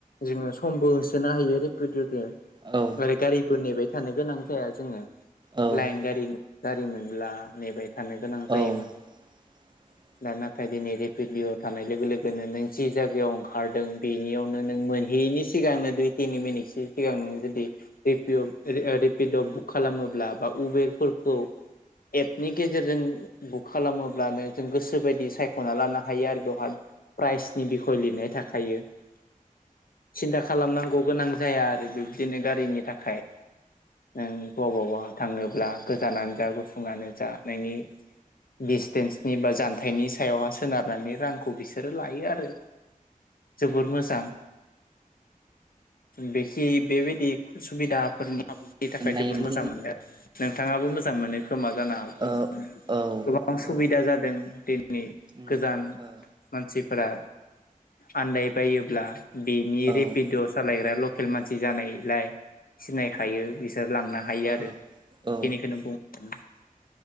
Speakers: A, on the left (about 85°); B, on the right (about 30°).
A: जोङो समबो होसोनो हायो रेपि'त दो। ओफ्राय
B: औ
A: गारिफोर नेबाय थानो गोनां जाया जोङो।
B: औ
A: लाइन गारि गारि मोनब्ला नेबाय थानो गोनां जायोमोन।
B: औ <inaudible>
A: दा नाथाय दिनै रेपिडलियाव थानाय लोगो लोगोनो नों जि जायगायाव ओंखारदों बेनियावनो नों मोन बेनि सिगांनो दुइ तिनि मिनिटसो सिगां ननो जुदि रेपिअ' रिपिड' बुक खालामोब्ला बाव उबेरफोरखौ। एपनि गेजेरजों बुक खालामोब्लानो जों गोसो बायदि सायख'ना लानो हायो आरो बेवहाय। प्राइजनि बिख'य लिरनाय थाखायो । सिन्था खालामनांगौ गोनां जाया आरो बिब्दिनो गारिनि थाखाय। नों बबबावबा थांनोब्ला गोजानानो जा गुसुंआनो जा नोंनि दिडिसटेन्सनि बा जानथायाइनि सायावहा सोनारनानै रांखौ बिसोरो लायो आरो जोबोर मोजां। बेखि बेबायदि सुबिदाफोरनि आाबुनि थाखाय
B: नायोमोन
A: जोबोर मोजां
B: बिदि
A: मोनदो नोंथाङाबो मोजां मोनो खोमा जानो हागौ
B: औ औ
A: गोबां सुबिदा
B: औ
A: जादों दिननि
B: उम
A: गोजान
B: औ
A: मानसि फोरा आनदायबायोब्ला बिनि
B: औ
A: रेपिड' सालायग्रा ल खेल मानसि जानायलाय सिनायखायो बिसोर लांनो हायो
B: औ
A: आरो बेखिनिखोनो
B: औ
A: बुं <unintelligible>